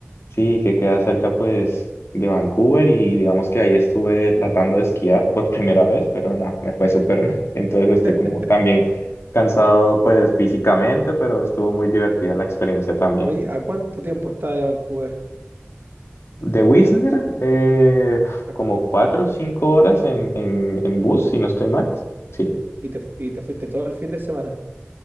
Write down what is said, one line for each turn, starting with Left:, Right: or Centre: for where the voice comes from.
Left: Sí, que queda cerca pues de Vancouver y digamos que ahí estuve tratando de esquiar por <laughs> primera vez, pero no, me fue súper mal. Entonces
Right: <laughs>
Left: estoy como también cansado pues físicamente, pero estuvo muy divertida la experiencia también.
Right: Oye, ¿a cuánto tiempo está de Vancouver?
Left: De Whistler, eh,
Right: Exacto.
Left: como cuatro o cinco horas en, en, en bus, si no estoy mal. Sí.
Right: ¿Y te, fu- y te fuiste todo el fin de semana?